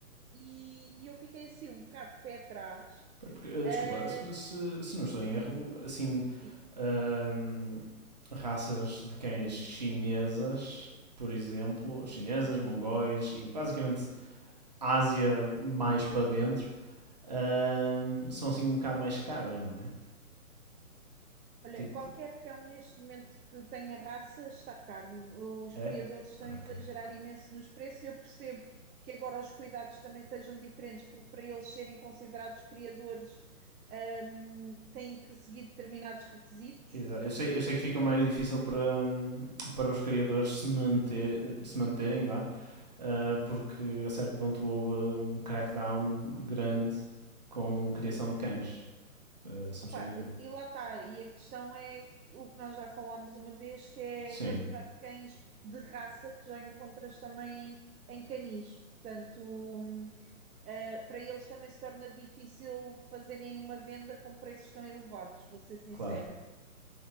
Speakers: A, on the right; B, on the right.
A: e, e eu fiquei assim um bocado de pé atrás.
B: porque, eh,
A: Ah,
B: desculpa, se, se- não estou em erro, assim,
A: sim,
B: ahm, raças de cães chinesas, por exemplo, chinesas, mongóis e basicamente Ásia mais para dentro, ahm, são assim um bocado mais caras, não é?
A: Olha,
B: Tipo,
A: qualquer cão neste momento que tenha raça está caro. Os
B: é?
A: criadores estão
B: Ok.
A: a exagerar imenso nos preços. Eu percebo que agora os cuidados também sejam diferentes, porque para eles serem considerados criadores, hum, têm que seguir determinados requisitos.
B: Exa- Eu sei, eu sei que fica mais difícil para, hum, para os criadores se, manter, se manterem, vá, ah, porque a certo ponto houve um crackdown grande com criação de cães, ah, se
A: Opá,
B: não estou em erro.
A: e lá está. E a questão é o que nós já falámos uma vez, que é
B: Sim,
A: a quantidade de cães de raça que já encontras também em canis. Portanto. hum, Uh, para eles também se torna difícil fazerem uma venda com preços tão elevados, vou ser sincera.
B: claro.